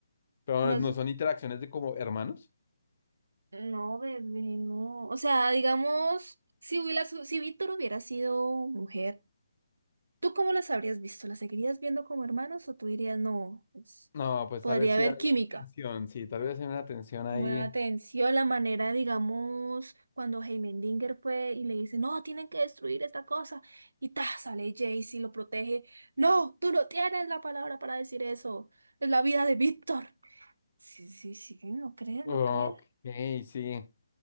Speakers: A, on the left; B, on the right.
A: Pero
B: No has-
A: no son interacciones de como hermanos.
B: No, bebé, no. O sea, digamos, si hubiera, si Víctor hubiera sido mujer, ¿tú cómo las habrías visto? ¿Las seguirías viendo como hermanos o tú dirías, no, pues,
A: No, pues
B: podría
A: tal vez sí
B: haber
A: hay
B: química?
A: tensión, sí, tal vez hay una tensión ahí.
B: Buena atención, la manera, digamos, cuando Heimendinger fue y le dice, no, tienen que destruir esta cosa. Y ta, sale Jace y lo protege. No, tú no tienes la palabra para decir eso. Es la vida de Víctor. Sí, sí, sí, no crees,
A: Ok,
B: no crees.
A: sí.